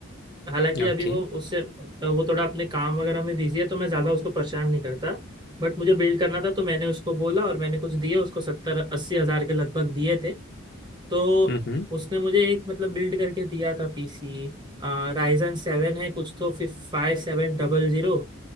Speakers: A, on the right; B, on the left.
A: हालांकि अभी
B: ओके
A: वो उससे वो थोड़ा अपने काम वगैरह में बिजी है तो मैं ज्यादा उसको परेशान नहीं करता बट मुझे बिल्ड करना था तो मैंने उसको बोला और मैंने कुछ दिया उसको सत्तर अस्सी हजार के लगभग दिए थे तो
B: हम्म हम्म
A: उसने मुझे एक मतलब बिल्ड करके दिया था पीसी राइजन सेवन है कुछ तो फाइव सेवन डबल जीरो